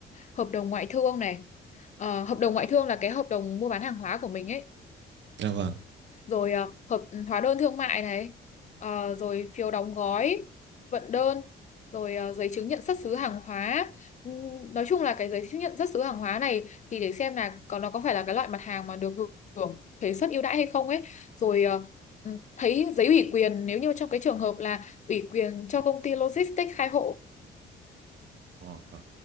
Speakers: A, on the left (about 35°); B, on the right (about 65°).
A: hợp đồng ngoại thương này. Ờ, hợp đồng ngoại thương là cái hợp đồng mua bán hàng hóa của mình ấy
B: Dạ vâng.
A: rồi à, hợp hóa đơn thương mại này ờ, rồi phiếu đóng gói vận đơn rồi à, giấy chứng nhận xuất xứ hàng hóa Ừm, nói chung là cái giấy chứng nhận xuất xứ hàng hóa này thì để xem là còn nó có phải là cái loại mặt hàng mà được hưởng thuế suất ưu đãi hay không ấy rồi à, ừm, thấy giấy ủy quyền nếu như trong cái trường hợp là ủy quyền cho công ty logistics khai hộ
B: Ờ, vâng.